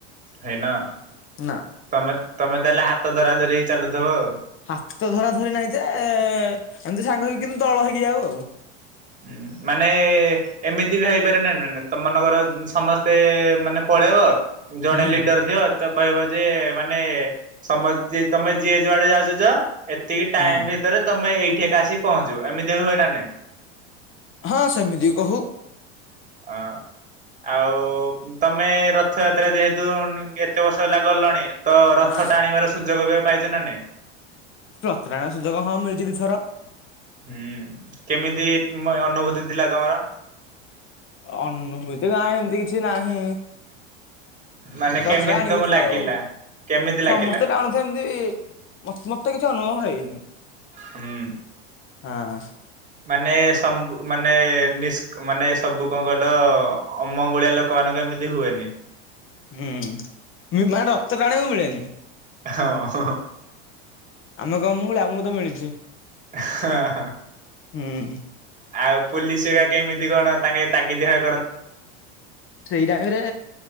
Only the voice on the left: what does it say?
ନା।
ହାତ ଧରା ଧରି ନାହିଁ ଯେ ଏମିତି ସାଙ୍ଗ କିନ୍ତୁ ଦଳ ହେଇକି ଯାଉ ଆଉ।
ହୁଁ।
ହଁ
ହଁ ସେମିତିି କହୁ।
ହଁ।
ରଥ ଟାଣିବାର ସୁଯୋଗ ହଁ ମିଳିଛି ଦିଥର।
ଅନୁଭୂତି ନା ଏମିତି କିଛି ନାହିଁ।
ରଥ
ଟାଣିବୁ
ତଉ
ସମସ୍ତେ ଟାଣୁ ଥାନ୍ତି। ମ-ମତେ କିଛି ଅନୁଭବ ହେଇନି।
ହଁ।
ହୁଁ ନା ରଥ ଟାଣିବାକୁ ମିଳେନି।
ଆମେ କଣ ଅମଙ୍ଗୁଳିଆ ଆମକୁ ତ ମିଳିଛି।
ହୁଁ।
ସେଇଟାଇମ ରେ